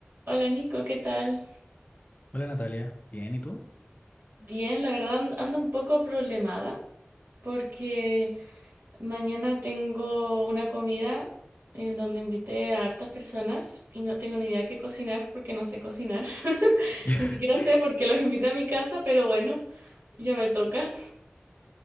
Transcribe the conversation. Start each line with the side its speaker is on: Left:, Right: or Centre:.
Right: Hola Nico, ¿qué tal?
Left: Hola Natalia, bien, ¿y tú?
Right: Bien, la verdad an- ando un poco problemada porque mañana tengo una comida en donde invité a hartas personas y no tengo ni idea qué cocinar porque no sé cocinar. <laughs>
Left: <laughs>
Right: Ni siquiera sé por qué los invité a mi casa, pero bueno, ya me toca,